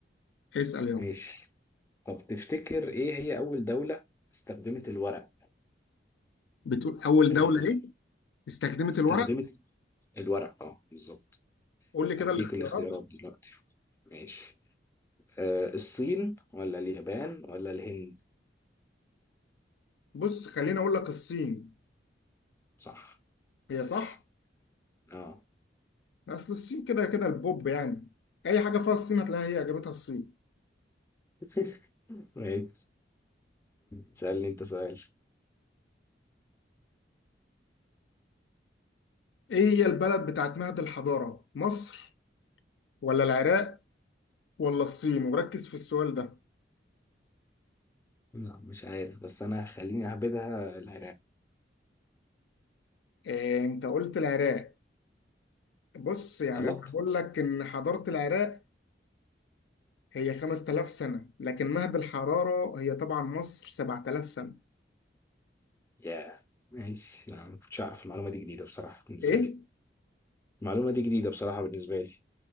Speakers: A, on the left (about 80°); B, on the left (about 15°).
A: اسأل يلا
B: ماشي طب تفتكر إيه هي أول دولة استخدمت الورق؟
A: بتقول اول
B: آه،
A: دولة ايه استخدمت
B: استخدمت
A: الورق
B: الورق أه بالظبط
A: قول لي كده
B: أديك
A: الاختيارات
B: الاختيارات دلوقتي ماشي آه، الصين ولا اليابان ولا الهند؟
A: بص خليني اقول لك الصين
B: صح
A: هي
B: ماشي
A: صح
B: أه
A: اصل الصين كده كده البوب يعني اي حاجة فيها الصين هتلاقيها هي اجابتها الصين
B: <laughs> ماشي تسألني أنت سؤال
A: ايه هي البلد بتاعت مهد الحضارة مصر ولا العراق ولا الصين وركز في السؤال ده
B: لا مش عارف بس انا خليني اهبدها العراق
A: إيه انت قلت العراق بص يعني
B: غلط
A: انا بقول لك ان حضاره العراق هي 5000 سنه لكن مهد الحراره هي طبعا مصر 7000 سنه
B: ياه ماشي لا ما كنتش اعرف المعلومه دي جديده بصراحه بالنسبه
A: ايه
B: لي المعلومه دي جديده بصراحه بالنسبه لي